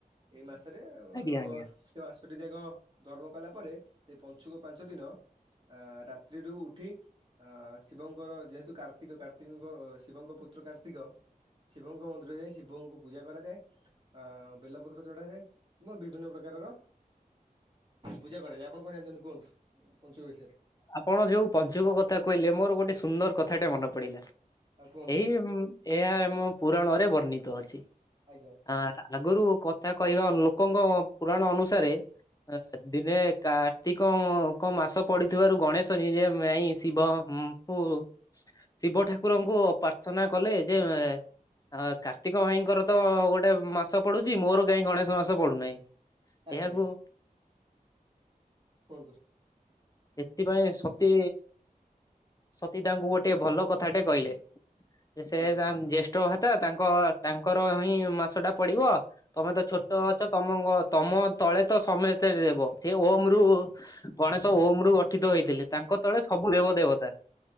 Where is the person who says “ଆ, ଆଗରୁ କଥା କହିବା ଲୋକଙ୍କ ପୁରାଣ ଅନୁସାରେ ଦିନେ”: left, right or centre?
Left